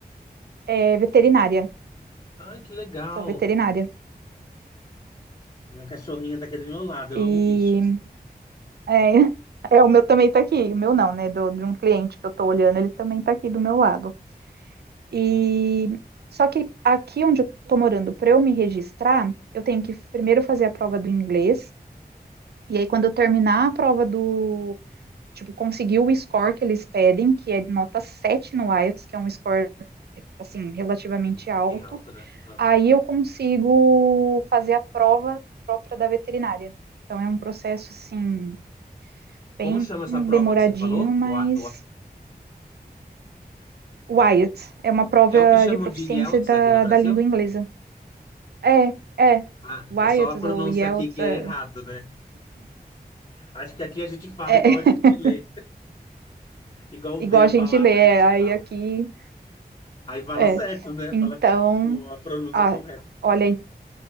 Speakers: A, on the right; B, on the left.
A: é veterinária,
B: Ai, que legal.
A: sou veterinária
B: Minha cachorrinha tá aqui do meu lado, eu
A: e
B: amo o bicho.
A: é, <laughs> é, o meu também tá aqui, o meu não, né, do, de um cliente que eu tô olhando, ele também tá aqui do meu lado. E só que aqui onde eu tô morando, para eu me registrar, eu tenho que primeiro fazer a prova do inglês, e aí quando eu terminar a prova do, tipo, conseguir o score que eles pedem, que é nota 7 no IELTS, que é um score assim relativamente
B: Muito
A: alto,
B: bem alto, né? Aham.
A: aí eu consigo fazer a prova própria da veterinária. Então é um processo assim
B: Como
A: bem
B: chama essa prova
A: demoradinho,
B: que você falou?
A: mas
B: O A-
A: o IELTS é uma prova
B: É o que chamam
A: de proficiência
B: de IELTS
A: da,
B: aqui no Brasil?
A: da língua inglesa. É, é.
B: Ah,
A: Wyots
B: é só a pronúncia
A: ou Yelts,
B: aqui que
A: é,
B: é errado, né? Acho que aqui a gente fala
A: é.
B: igual a gente
A: <laughs>
B: lê, igual
A: igual
B: vê a
A: a gente
B: palavra
A: lê, é,
B: a gente
A: aí
B: fala.
A: aqui,
B: Aí fala
A: é.
B: certo, né?
A: Então,
B: Fala com a pronúncia
A: ah,
B: correta.
A: olha aí.